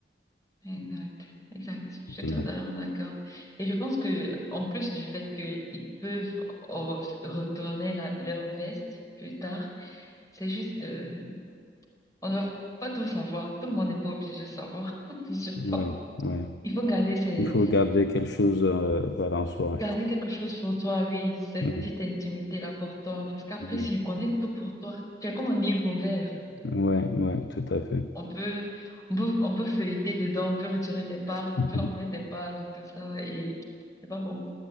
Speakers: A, on the left; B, on the left.
A: exact, exact. Je
B: bon,
A: suis totalement d'accord. Et je pense que, en plus du fait qu'ils peuvent re- retourner la- leur veste plus tard, c'est juste, euh, on ne va pas tout savoir. Tout le monde n'est pas obligé de savoir, <laughs> surtout
B: ouais, ouais.
A: Il faut garder ces,
B: Il faut garder quelque chose euh, voilà, en soi.
A: garder quelque chose pour toi, oui, cette
B: Ouais,
A: petite intimité-là pour toi, parce qu'après,
B: Bon,
A: si on connaît tout pour toi, tu es comme un livre ouvert.
B: ouais, ouais, tout à fait. <laughs>
A: On peut, on peut, on peut feuilleter dedans, on peut retirer des pages, on
B: Mhm.
A: peut en mettre des pages, tout ça, et c'est pas bon.